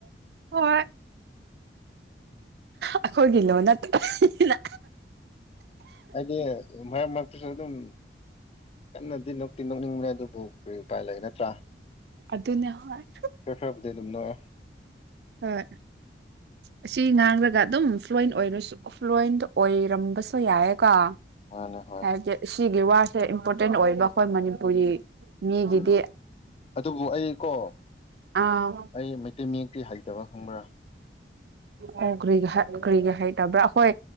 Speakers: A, on the right; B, on the left.
A: ꯍꯣꯏ ꯑꯩꯈꯣꯏꯒꯤ ꯂꯣꯟ ꯅꯠꯇꯕꯅꯤꯅ
B: ꯍꯥꯏꯗꯤ ꯃꯔꯛ-ꯃꯔꯛ ꯁꯨ ꯑꯗꯨꯝ ꯀꯟꯅꯗꯤ ꯅꯣꯛꯇꯤ ꯅꯣꯛꯅꯤꯡꯕꯦ ꯑꯗꯨꯕꯨ ꯀꯔꯤ ꯎꯄꯥꯏ ꯂꯩ ꯅꯠꯇ꯭ꯔꯥ꯫
A: ꯑꯗꯨꯅꯦ ꯍꫭꯏ꯫
B: ꯈꯔ ꯈꯔꯕꯨꯗꯤ ꯑꯗꯨꯝ ꯅꯣꯛꯑꯦ
A: ꯍꯣꯏ ꯑꯁꯤ ꯉꯥꯡꯂꯒ ꯑꯗꯨꯝ ꯐ꯭ꯂꯨꯋꯟ ꯑꯣꯏꯔꯁꯨ ꯐ꯭ꯂꯨꯋꯟ ꯑꯣꯏꯔꯝꯕꯁꯨ ꯌꯥꯏꯑꯀꯣ
B: ꯃꯥꯅꯦ ꯍꯣꯏ
A: <unintelligible> ꯁꯤꯒꯤ ꯋꯥꯔꯁꯦ ꯏꯝꯄꯣꯔꯇꯦꯟ ꯑꯣꯏꯕ ꯑꯩꯈꯣꯏ ꯃꯅꯤꯄꯨꯔꯤ ꯃꯤꯒꯤꯗꯤ
B: ꯎꯝ ꯑꯗꯨꯕꯨ ꯑꯩꯀꯣ
A: ꯑꯥ
B: ꯑꯩ ꯃꯩꯇꯩ ꯃꯌꯦꯛꯇꯤ ꯍꯩꯇꯕ ꯈꯪꯕ꯭ꯔꯥ꯫
A: ꯑꯣ ꯀꯔꯤꯔꯤ ꯍ ꯀꯔꯤꯒꯤ ꯍꯩꯇꯕ꯭ꯔꯥ ꯑꯈꯣꯏ